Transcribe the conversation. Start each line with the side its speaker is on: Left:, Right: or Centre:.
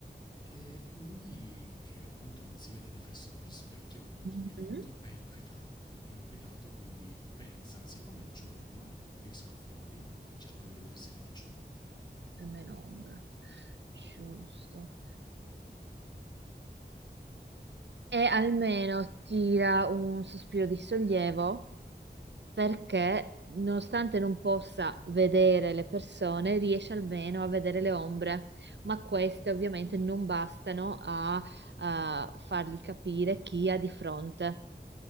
Left: che lui, che appunto non si vede riflesso nello specchio, come
Right: Mhm.
Left: tu mi hai detto, è inquietato, è inquietato quindi pensa, siccome è giorno, io esco fuori e cerco di vedere se faccio ombra.
Right: e meno ombra. Giusto. E almeno tira un sospiro di sollievo perché, nonostante non possa vedere le persone, riesce almeno a vedere le ombre, ma queste ovviamente non bastano a, a fargli capire chi ha di fronte.